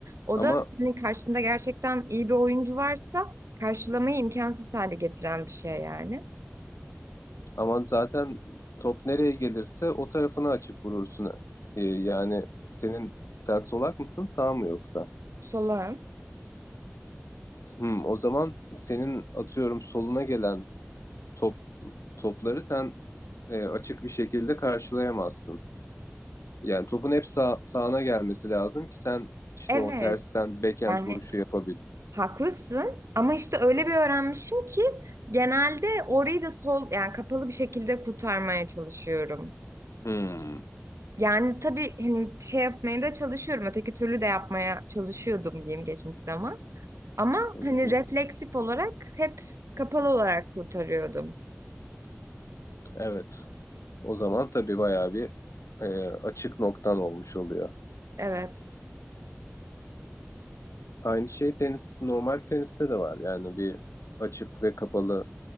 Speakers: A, on the right (about 80°); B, on the left (about 90°).
A: O
B: Ama
A: da hani karşında gerçekten iyi bir oyuncu varsa karşılamayı imkansız hale getiren bir şey yani.
B: ama zaten top nereye gelirse o tarafını açıp vurursun. Ee, yani senin sen solak mısın, sağ mı yoksa?
A: Solağın.
B: Hmm. O zaman senin atıyorum soluna gelen top topları sen e, açık bir şekilde karşılayamazsın. Yani topun hep sağ, sağına gelmesi lazım ki sen işte
A: Evet
B: o tersten backhand
A: yani
B: vuruşu yapabil.
A: haklısın ama işte öyle bir öğrenmişim ki genelde orayı da sol yani kapalı bir şekilde kurtarmaya çalışıyorum.
B: Hmm.
A: Yani tabii hani bir şey yapmaya da çalışıyorum. Öteki türlü de yapmaya çalışıyordum diyeyim geçmiş zaman. Ama
B: Hı
A: hani
B: hı.
A: refleksif olarak hep kapalı olarak kurtarıyordum.
B: Evet. O zaman tabii bayağı bir e, açık noktan olmuş oluyor.
A: Evet.
B: Aynı şey tenis, normal teniste de var. Yani bir açık ve kapalı